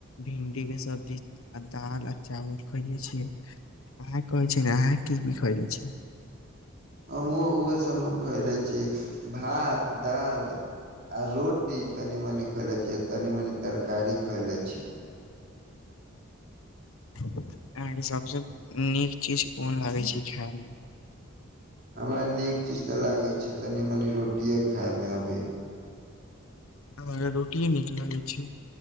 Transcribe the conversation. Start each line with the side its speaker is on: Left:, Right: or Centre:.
Left: भिंन्डी के सब्जी आ दाल आ चावल खयलै छियै आ कहे छियै न आँहा की- की खयलै छियै
Right: हमहूँ उहे सब नु खयलै छी भात दाल आ रोटी तनी मनी खयलै छी तनी मनी तरकारी खयलै छी।
Left: आहाँ के सबस नीक चीज कोन लागे छी खै मे
Right: हमरा नीक चीज तऽ लागे छै तनी -मनी रोटिये खाय में अभी
Left: हमरा रोटिये नीक लागै छै।